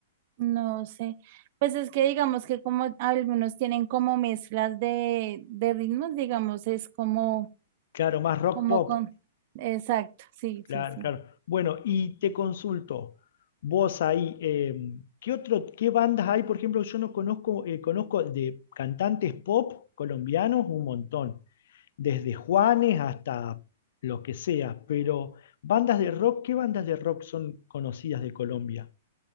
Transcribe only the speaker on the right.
no sé. Pues es que digamos que como algunos tienen como mezclas de, de ritmos, digamos, es como,
como
con... Exacto, sí,
sí, sí.